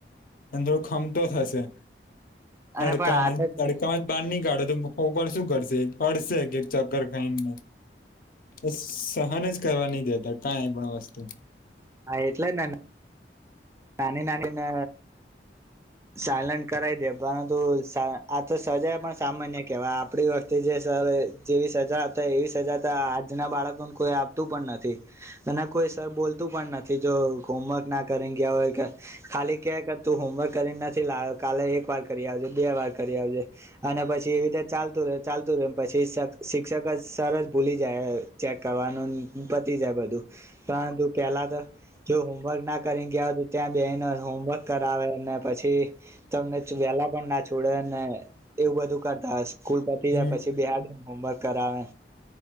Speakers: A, on the left; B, on the right.
A: અને થોડો ખમતો થશે તડકામાં
B: અને પણ આ તો
A: તડકામાં બાર નની કાઢો તોર શું કરશે હડશે ચક્કર ખાઈને એ સહન જ કરવા ન દેતા કઈ એ પણ વસ્તુ
B: હા એટલે ને નાની નાનીને સાયલન્ટ કરાઈ દે પરંતુ આ તો સજા પણ સામાન્ય કેહેવાય આપણી વખતે જે સર જેવી સજા હતા એવી સજા તો આજના બાળકોને કોઈ આપતું પણ નથી અને કોઈ સર બોલતું પણ નથી જો હોમવર્ક ના કરે ખાલી ક કર તું હોમવર્ક કરીને નથી લાવ્યો કાલે એક વાર કરી આવજે બે વાર કરી આવજે અને પછી એવી રીતે ચાલતું રહે ચાલતું રહે પછી શિક્ષક સર જ ભૂલી જાય ચેક કરવાનું પતી જાય બધું પરંતુ પેલા તો જો હોમવર્ક ના કરીને ગયા ત્યાં બેને હોમવર્ક કરાવે ને પછી તમને વેલા પણ ના છોડે ને એવું બધું કરતા સ્કૂલ પતી જાય
A: હમ
B: પછી બહાર હોમવર્ક કરાવ